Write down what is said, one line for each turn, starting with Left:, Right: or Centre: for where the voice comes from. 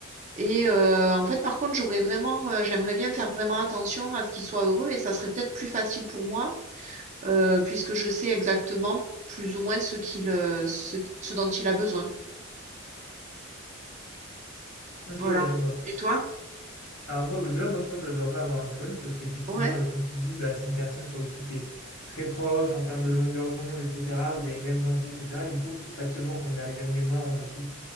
Right: Et heu, en fait, par contre, j'aurais vraiment, heu, j'aimerais bien faire vraiment attention à ce qu'il soit heureux et ça serait peut-être plus facile pour moi, heu, puisque je sais exactement plus ou moins ce qu'il, heu, ce qui ce dont il a besoin.
Left: Ok,
Right: Voilà.
Left: ouais, je vois.
Right: Et toi?
Left: Alors moi, bah, déjà, moi, je pense que j'adorerais avoir un clone parce qu'effectivement,
Right: Ouais,
Left: euh, comme tu le dis, bah, c'est une personne sur qui t'es très proche en termes de longueur d'onde, etc. Vous avez les mêmes envies, etc. Et du coup, factuellement, qu'on a les mêmes mémoires, on a aussi